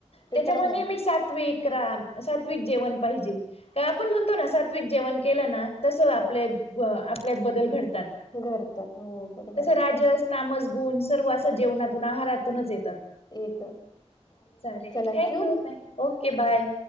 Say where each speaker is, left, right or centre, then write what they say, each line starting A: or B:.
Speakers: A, on the left (about 35°); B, on the left (about 60°).
A: ते
B: त्याच्यामध्ये
A: तर आहे
B: नेह ममी सात्विक्रम सात्विक जेवण पाहिजे काय आपण म्हणतो ना सात्विक जेवण केलं ना तसं आपले आपल्यात बदल घडतात
A: घरतात हो बरोबर
B: तसं
A: आहे
B: राजस तामस गुण सर्व असं जेवणातून आहारातूनच येतात
A: आहे येत
B: चालेल
A: चला
B: थँक
A: ठेवू
B: यू ओके बाय